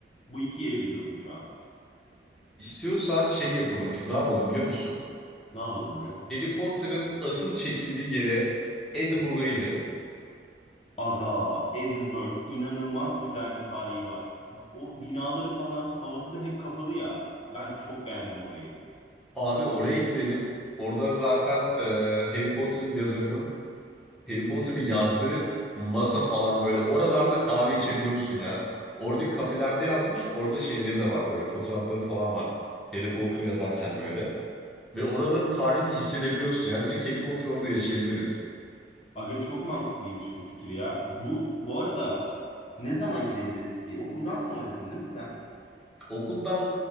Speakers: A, on the left (about 35°); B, in the centre.
A: Bu iki yeri biliyorum şu an.
B: İstiyorsan şey yapalım biz ne yapalım biliyor musun?
A: Ne yapalım aga?
B: Harry Potter'ın asıl çekildiği yere Edinburgh'a gidelim.
A: Aga, Edinburgh inanılmaz güzel bir tarihi var. O binaları falan havası da hep kapalı ya. Ben çok beğendim orayı.
B: Abi oraya gidelim. Orada zaten e, Harry Potter'ın yazarının Harry Potter'ı yazdığı masa falan böyle oralarda kahve içebiliyorsun ya. Oradaki kafelerde yazmış. Orada şeyleri de var böyle fotoğrafları falan var. Harry Potter yazarken böyle. Ve oraların tarihini hissedebiliyorsun ya. Direkt Harry Potter orada yaşayabiliriz.
A: Aga çok mantıklıymış bu fikir ya. Bu bu arada ne zaman gidebiliriz ki? Okuldan sonra dedin değil mi sen?
B: Okuldan